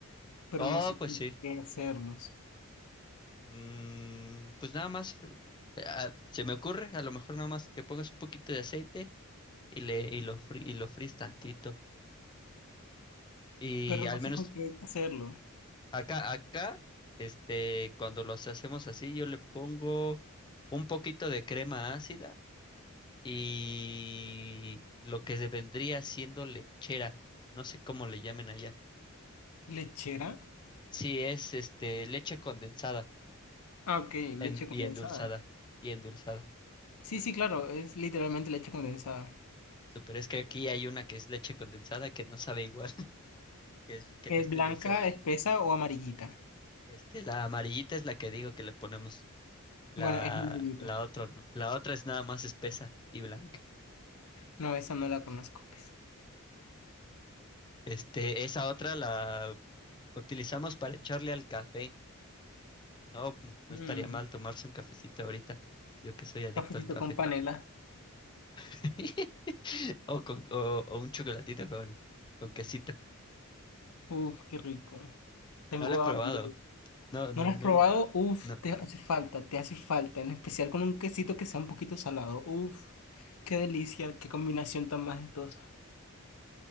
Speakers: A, on the left; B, on the left.
A: pero
B: Oh,
A: no sé
B: pues
A: con
B: sí.
A: qué hacerlos.
B: Mm, pues nada más, fr- ah, se me ocurre, a lo mejor nada más que pongas un poquito de aceite y le, y lo, fri- y lo fríes tantito. Y
A: Pero
B: al
A: no sé
B: menos
A: con qué hacerlo.
B: Acá, acá, este, cuando los hacemos así, yo le pongo un poquito de crema ácida y lo que se vendría siendo lechera, no sé cómo le llamen allá.
A: ¿Lechera?
B: Sí, es este leche condensada
A: Ah, ok, leche
B: en-
A: condensada.
B: y endulzada y endulzada.
A: Sí, sí, claro, es literalmente leche condensada.
B: Super, es que aquí hay una que es leche condensada que no sabe igual, <laughs> que es, que no
A: ¿Es
B: está
A: blanca,
B: endulzada.
A: espesa o amarillita?
B: Este, la amarillita es la que digo que le ponemos. La,
A: Bueno, es amarillita.
B: la otra no. La otra es nada más espesa y blanca.
A: No, esa no la conozco, pues.
B: Este, esa otra la utilizamos para echarle al café. No, mm, no
A: Mm,
B: estaría mal tomarse un cafecito ahorita. Yo que soy adicto
A: cafecito
B: al café.
A: con panela.
B: <laughs> O con, o, o un chocolatito con, con quesito.
A: Uf, qué rico. Tengo
B: No lo he probado.
A: hambre.
B: No, no,
A: ¿No lo has
B: no,
A: probado?
B: l-
A: Uf,
B: no.
A: te hace falta, te hace falta. En especial con un quesito que sea un poquito salado. Uf, qué delicia, qué combinación tan majestuosa.